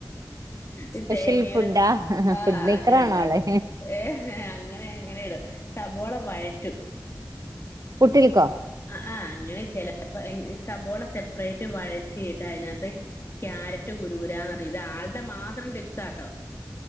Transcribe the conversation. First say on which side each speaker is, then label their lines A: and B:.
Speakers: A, on the left; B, on the right.
A: ഈ
B: സ്പെഷ്യൽ
A: തേങ്ങയുടെ
B: ഫുഡാ
A: ആഹ്
B: ഫുഡ് മേക്കറാണോ
A: അങ്ങനെ ഉണ്ടാക്കും
B: ആള്
A: ഏഹ് അങ്ങനെ അങ്ങനെയിടും സബോള വഴറ്റും
B: പുട്ടിൽ ക്കോ
A: അഹ് ആഹ് അങ്ങനെ ചെലപ്പ ഇൻ സബോള സെപ്പറേറ്റ് വഴറ്റിയിട്ട് അതിനകത്ത് ക്യാരറ്റ് കുരുകുരാന്നറിയിത് ഇത് ആളുടെ മാത്രം ടിപ്സാട്ടോ